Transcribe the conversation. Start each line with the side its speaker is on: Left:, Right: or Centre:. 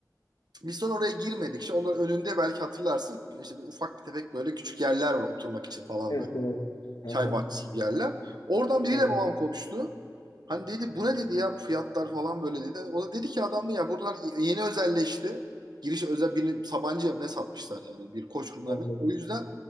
Right: Biz sonra oraya girmedik. İşte onların önünde belki hatırlarsın işte bir ufak bir tefek böyle küçük yerler var oturmak için falan
Left: Evet,
Right: böyle.
Left: evet. Aha,
Right: Çay bahçesi gibi yerler. Oradan biriyle
Left: evet.
Right: babam konuştu. Hani dedi bu ne dedi ya bu fiyatlar falan böyle dedi. O da dedi ki adam da ya buralar yeni özelleşti. Giriş özel birini Sabancı'ya mı ne satmışlar yani bir koç grubuna
Left: Anladım.
Right: mı? O yüzden